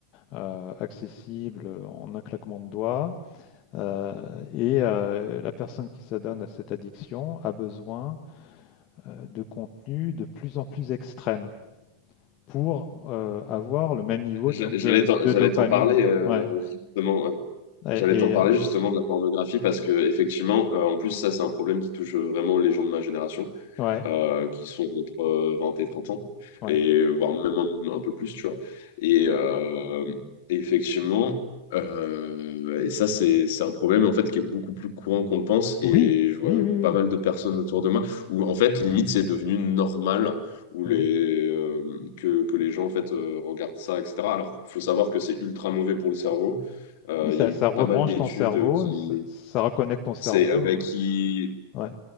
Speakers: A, on the left; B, on the left.
A: euh, accessibles en un claquement de doigts. Euh, et euh, la personne qui s'adonne à cette addiction a besoin euh, de contenu de plus en plus extrême. pour euh, avoir le même niveau
B: J'a-
A: donc,
B: J'allais
A: de,
B: t'en
A: de
B: j'allais
A: dopamine.
B: t'en parler euh,
A: Ouais.
B: justement.
A: Et,
B: J'allais t'en
A: et,
B: parler
A: euh,
B: justement de la pornographie parce que effectivement, euh, en plus ça c'est un problème qui touche euh, vraiment les gens de ma génération
A: ouais,
B: euh, qui sont entre 20 et 30 ans,
A: ouais.
B: et voire même un, un peu plus, tu vois. Et euh, effectivement, euh, et ça, c'est, c'est un problème en fait qui est beaucoup plus courant qu'on le pense,
A: Oui,
B: et je vois
A: oui, oui,
B: pas mal de personnes autour de moi où en fait, limite, c'est devenu normal où
A: oui.
B: les,
A: Mhm.
B: euh, que, que les gens en fait euh, regardent ça, etc. Alors, il faut savoir que c'est ultra mauvais pour le cerveau. Euh,
A: Oui, ça,
B: Il y a eu
A: ça rebranche
B: pas mal d'études
A: ton cerveau,
B: qui,
A: ça, ça reconnecte ton cerveau.
B: c'est, euh, bah, qui
A: euh, Ouais,